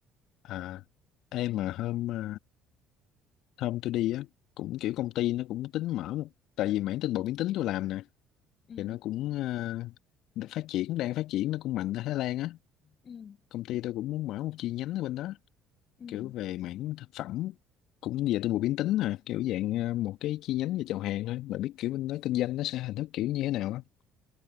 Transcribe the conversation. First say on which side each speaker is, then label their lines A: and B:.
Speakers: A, on the left; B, on the left.
A: à em
B: ừ
A: mà hôm à, hôm tôi đi á cũng kiểu công ty nó cũng tính mở một tại vì mảng tinh bột biến tính tôi làm nè
B: Ừ,
A: thì nó cũng à, phát triển đang phát triển nó cũng mạnh ở Thái Lan á
B: ừ,
A: công ty tôi cũng muốn mở một chi nhánh ở bên đó
B: ừ.
A: kiểu về mảng thực phẩm cũng về tôi vừa biến tính à kiểu dạng ờ, một cái chi nhánh về chào hàng thôi bạn biết kiểu bên đó kinh doanh nó sẽ hình thức kiểu như thế nào á